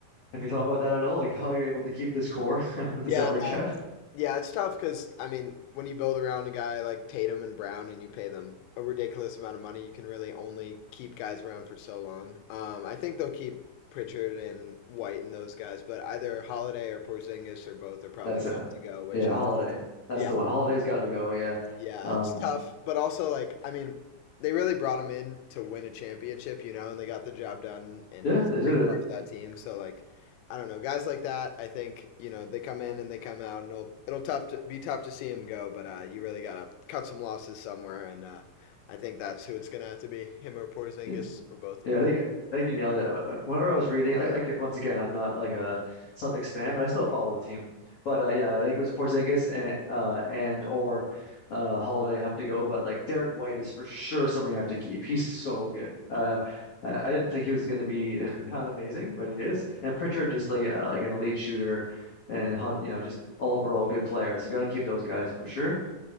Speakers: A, on the left; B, on the left.
A: have you thought about that at all? Like how you're able to keep this core <laughs> with the
B: yeah,
A: salary
B: no,
A: cap?
B: yeah, it's tough because I mean, when you build around a guy like Tatum and Brown, and you pay them a ridiculous amount of money, you can really only keep guys around for so long. Um, I think they'll keep Pritchard and White and those guys, but either Holiday or Porzingis or both are probably
A: That's
B: going
A: a
B: to have to go. Which,
A: yeah, Holiday. That's
B: yeah,
A: the one. Holiday's got to go. Yeah.
B: Yeah,
A: Um.
B: it's tough, but also like I mean, they really brought him in to win a championship, you know, and they got the job done, and
A: Yeah,
B: he was
A: they
B: a
A: did
B: great
A: it.
B: part of that team. So like, I don't know, guys like that, I think you know they come in and they come out, and it'll it'll tough to, be tough to see him go, but uh, you really gotta cut some losses somewhere, and uh, I think that's who it's gonna have to be, him or Porzingis
A: Yeah,
B: or both of
A: yeah,
B: them.
A: I think I think you nailed it. Wh- wh- Whenever I was reading, like, like once again, I'm not like a Celtics fan, but I still follow the team. But uh, yeah, I think it was Porzingis and uh, and or uh, Holiday have to go. But like Derek White is for sure someone you have to keep. He's so good. Uh, I I didn't think he was going to be <laughs> not amazing, but he is. And Pritchard just like uh, like an elite shooter, and ho- you know just all overall good player. So got to keep those guys for sure.